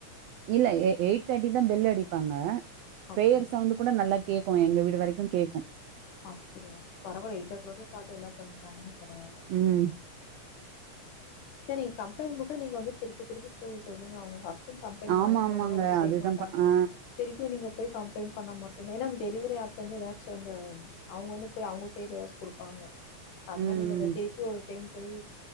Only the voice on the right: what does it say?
இல்ல எ எயிட் தேர்ட்டி தா பெல் அடிப்பாங்க ப்ரேயர்
சவுண்டு கூட நல்லா கேக்கு எங்க வீடு வரைக்கு கேக்கு
ம்
ஆமா
ஆமாங்க
அதுதான்
ப ஆ
ம்